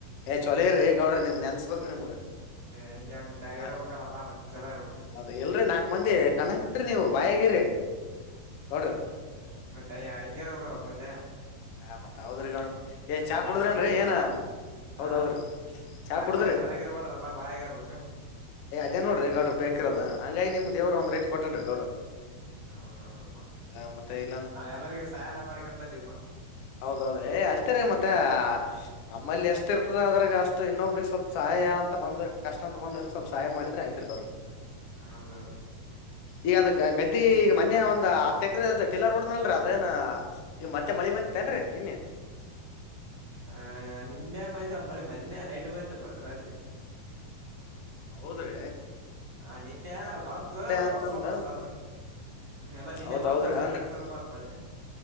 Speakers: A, on the left; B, on the right.
A: ಏ ಚೊಲೋ
B: ಹಾ
A: ಇರ್ರಿ ಗೌಡ್ರಿ ನಿಮ್ ನೆನ್ಸ್ಬೇಕ್ರಿ ನಿಮ್ಗ
B: ಹೆಂಗೆ ಮತ್ತೆ
A: ಹ
B: ಇರಬೇಕಲ್ಲಪ್ಪಾ ಮತ್ತೆ ಚಲೋ ಇರಬೇಕ
A: ಹೌದ ಇಲ್ರರಿ ನಾಕ್ ಮಂದಿ ಕನಸ್ರಿ ನೀವು ಬಾಯಗಿರಿ
B: <unintelligible>
A: ಗೌಡ್ರಿ
B: <unintelligible>
A: ಹಾ ಮತ್ ಹೌದ್ರಿರಿ ಏ ಚಾ
B: ನಾಕ್
A: ಕುಡುದ್ರಿ
B: ಮಂದಿ
A: ಏನಾ
B: ಕಣ್ಣಾಗ
A: ಏನ ಹೌದೌದ್ರಿ
B: ಹ
A: ಚಾ
B: ನಾಕ್
A: ಕುಡುದ್ರಿ
B: ಮಂದಿ ಕಣ್ಣಾಗ ಇರಬಾರ್ದಪ್ಪಾ ಬಾಯಾಗಿರ್ಬೇಕು
A: ಹೇ ನೋಡ್ರಿ ಗೌಡ್ರು ಬೇಕಿರೋದು ಹಂಗಾಗಿ ನಿಮ್ಗೆ ದೇವರು ಒಂದ್ ರೆಟ್ ಕೊಟೇನ್ ಗೌಡ್ರ
B: ಹೌದೌದಪ್ಪಾ
A: ಹ ಮತ್ತೆ ಇಲ್ಲಾಂದ್ರ
B: ನಾವ ಎಲ್ಲರಿಗ ಸಹಾಯನ ಮಾಡ್ಕೊಂಡ ಬಂದಿವಪ್ಪಾ
A: ಹೌದೌದು ಹೇ ಅಷ್ಟೇ ರೀ ಮತ್ತೆ ನಮ್ಮಲ್ಲಿ ಎಷ್ಟ ಇರ್ತದ ಅದ್ರಾಗ ಅಷ್ಟು ಇನ್ನೊಬ್ ಸ್ವಲ್ಪ ಸಹಾಯ
B: ಹಾ
A: ಅಂತ ಬಂದ್ರ ಕಷ್ಟ ಒಂದ್ರ ಸ್ವಲ್ಪ ಸಹಾಯ ಮಾಡಿದ್ರ ಅಯ್ತ್ರಿ ಗೌಡ್ರೆ
B: ಹೌದೌದು
A: ಈಗ ಅದ ಗದ್ದಿ ಈಗ ಮನಿ ಒಂದ್ ಹತ್ ಎಕರೆ ಅ ಟಿಲ್ಲರ್ ಹೊಡಿದ್ನಲ್ಲ ಅದೇನ ಈ ಮತ್ತ ಮತ್ತೆ ಮಳಿ ಬಂದತೇನ್ರೀ ನಿನ್ನೆ
B: ಹಾ ನಿನ್ನೆ ಬಯ ಅಮ್ಮಳಿ ಮೊನ್ನೆ ನೈಟ್ ಬಯತಪ್ಪ ರಾತ್ರಿ
A: ಹೌದ್ರೆ
B: ಹಾ ನಿನ್ನೆ ಬಂತು ಸ್ವಲ್ಪ
A: ಅಂತಂದ
B: ಬಂತ ಅಂದ್ರ ಹ್ಮ್ ಎಲ್ಲ ನಿನ್ನೆ
A: ಹೌದೌದ್ರಿ
B: ಬಂತು ಅದೇ
A: ಹನ್ರಿ
B: ಬಡ್ ಸಾರ ಬಂತ ಮಳಿ